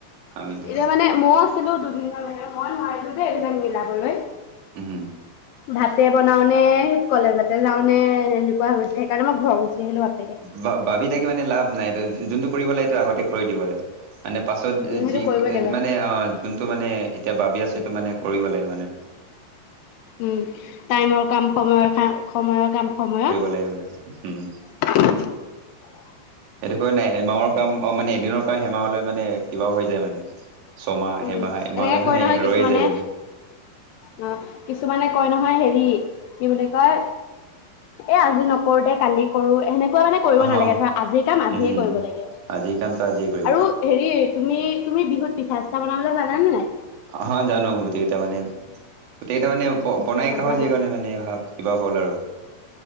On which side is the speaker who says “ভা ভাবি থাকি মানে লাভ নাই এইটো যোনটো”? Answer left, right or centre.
Right